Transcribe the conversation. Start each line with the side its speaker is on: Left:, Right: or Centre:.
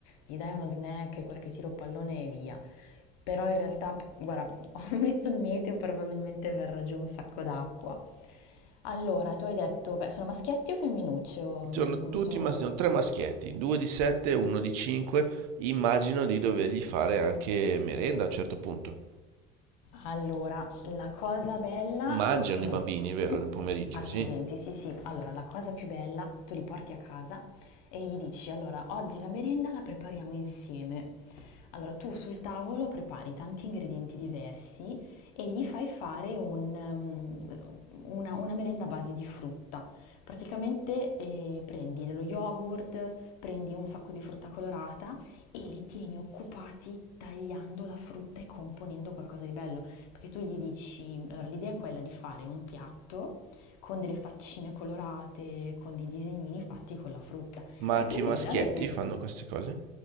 Left: gli dai uno snack, qualche tiro a pallone e via. Però in realtà, guarda, <laughs> ho visto il meteo, probabilmente verrà giù un sacco d'acqua. Allora, tu hai detto, beh, sono maschietti o femminucce? O, mm,
Right: Sono
Left: o
Right: tutti,
Left: sono- oh,
Right: mas- sono tre maschietti, due di 7 e uno di 5. Immagino di dovergli fare anche merenda a un certo punto.
Left: Allora, la cosa bella,
Right: Mangiano
Left: dunque,
Right: i bambini, vero,
Left: <coughs>
Right: nel pomeriggio,
Left: accidenti,
Right: sì.
Left: sì sì, allora la cosa più bella, tu li porti a casa e gli dici, allora, oggi la merenda la prepariamo insieme. Allora, tu sul tavolo prepari tanti ingredienti diversi e gli fai fare un, um, una, una merenda a base di frutta. Praticamente eh, prendi dello yogurt, prendi un sacco di frutta colorata e li tieni occupati tagliando la frutta e componendo qualcosa di bello. Perché tu gli dici, allora l'idea è quella di fare un piatto con delle faccine colorate, con dei disegnini fatti con la frutta.
Right: Ma
Left: Hai
Right: anche
Left: presente?
Right: i maschietti
Left: Avete?
Right: fanno queste cose?